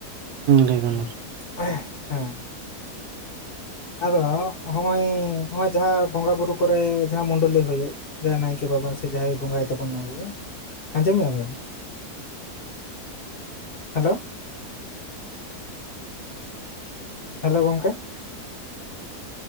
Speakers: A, on the right; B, on the left.
A: ᱞᱟᱹᱭ ᱵᱮᱱ
B: ᱚᱸᱻ
A: ᱢᱟ
B: ᱦᱮᱸ ᱾ ᱟᱫᱚ ᱦᱚᱜᱼᱚᱭ ᱱᱚᱜᱼᱚᱭ ᱡᱟᱦᱟᱸ ᱵᱚᱸᱜᱟ ᱵᱩᱨᱩ ᱠᱚᱨᱮ ᱡᱟᱦᱟᱸ ᱢᱩᱰᱞᱤ ᱦᱩᱭᱩᱜ ᱡᱮ ᱱᱟᱭᱠᱮ ᱵᱟᱵᱟ ᱥᱮ ᱡᱟᱦᱟᱸᱭ ᱵᱚᱸᱜᱟᱭ ᱛᱟᱵᱚᱱ ᱟᱵᱚ ᱟᱸᱡᱚᱢᱮᱜ-ᱟ ᱵᱮᱱ? ᱦᱮᱞᱳ ᱦᱮᱞᱳ ᱜᱚᱝᱠᱮ ᱾